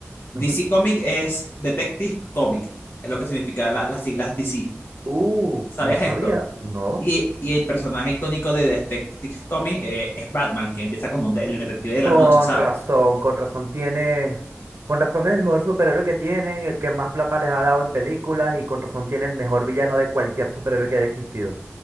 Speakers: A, on the left; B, on the right.
A: DC
B: Ujú.
A: Comic es Detective Comic, es lo que significa la- las siglas DC.
B: Uf,
A: ¿Sabías
B: no sabía,
A: esto?
B: no.
A: Y, y el personaje icónico de Detective Comic eh, es Batman, que empieza como un de- el detective de
B: Con
A: la noche, ¿sabes?
B: razón, con razón tiene, con razón es el mejor superhéroe que tienen, el que más plata les ha dado en películas y con razón tiene el mejor villano de cualquier superhéroe que haya existido.